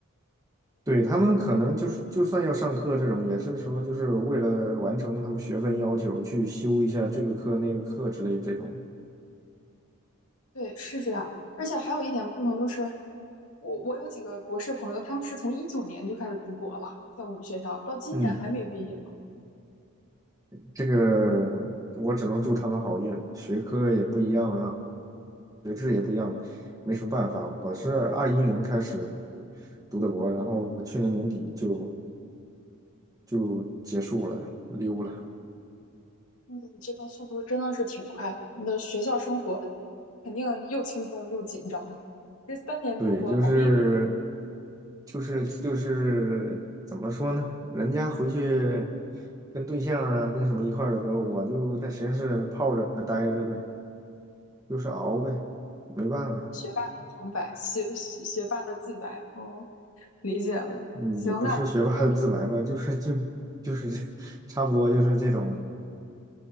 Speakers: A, on the right; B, on the left.
A: 对，他们可能就是，就算要上课这种，也是说就是为了完成他们学分要求，去修一下这个课那个课之类这种。
B: 对，是这样。而且还有一点不同就是，我我有几个博士朋友，他们是从一九年就开始读博了，在我们学校到今年还没毕业呢。
A: 嗯，这个我只能祝他们好运，学科也不一样啊，学制也不一样，没什么办法。我是二一年开始读的博，然后去年年底就就结束了，溜了。
B: 嗯，这个速度真的是挺快的。你的学校生活肯定又轻松又紧张，这三年读博好厉害。
A: 对，就是就是就是怎么说呢？人家回去跟对象啊，跟什么一块儿的时候，我就在实验室泡着待着呗，就是熬呗，没办法，
B: 学霸的旁白，学学学霸的自白。哦，理解了。
A: 嗯，
B: 行，
A: 也不是学霸的自白吧，
B: 那问你
A: 就是就就是 <laughs> 差不多就是这种，